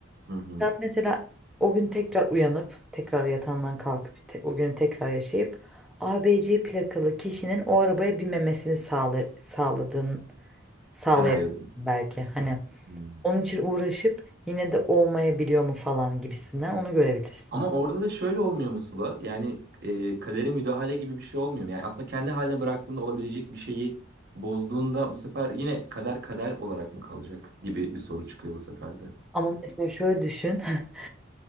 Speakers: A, on the right (about 50°); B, in the centre.
A: Hı hı.
B: Ben mesela o gün tekrar uyanıp tekrar yatağından kalkıp te- o günü tekrar yaşayıp A B C plakalı kişinin o arabaya binmemesini sağla sağladığın sağlayabilirsin
A: Senaryoda.
B: belki. Hani
A: Hmm.
B: onun için uğraşıp yine de olmayabiliyor mu falan gibisinden onu görebilirsin.
A: Ama orada da şöyle olmuyor mu Sıla? Yani e, kadere müdahale gibi bir şey olmuyor mu? Yani aslında kendi haline bıraktığında olabilecek bir şeyi bozduğunda bu sefer yine kader kader olarak mı kalacak gibi bir soru çıkıyor bu sefer de.
B: Ama mesela şöyle düşün. <laughs>